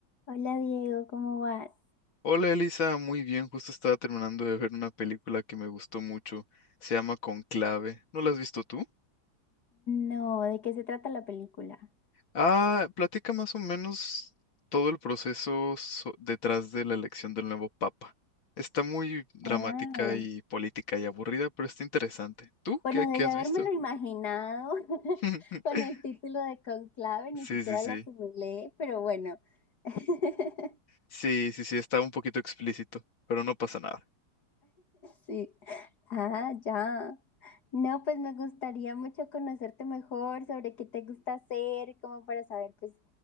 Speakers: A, on the left; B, on the left.
A: Hola Diego, ¿cómo vas?
B: Hola Elisa, muy bien, justo estaba terminando de ver una película que me gustó mucho, se llama Conclave, ¿no la has visto tú?
A: No, ¿de qué se trata la película?
B: Ah, platica más o menos todo el proceso so- detrás de la elección del nuevo papa. Está muy dramática
A: Ah,
B: y política y aburrida, pero está interesante. ¿Tú
A: bueno,
B: qué, qué
A: debí
B: has
A: habérmelo
B: visto?
A: imaginado <laughs>
B: <laughs>
A: con el título de Conclave, ni
B: Sí,
A: siquiera
B: sí, sí.
A: lo asimilé, pero bueno. <laughs>
B: Sí, sí, sí, está un poquito explícito, pero no pasa nada.
A: Sí. Ah, ya. No, pues me gustaría mucho conocerte mejor sobre qué te gusta hacer, como para saber, pues,